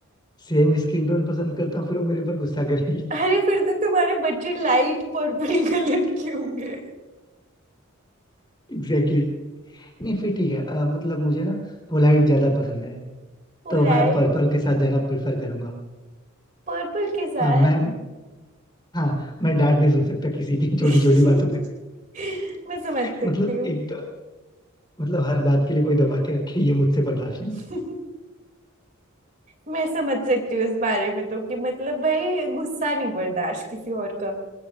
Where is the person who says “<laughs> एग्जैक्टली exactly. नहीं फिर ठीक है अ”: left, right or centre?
Left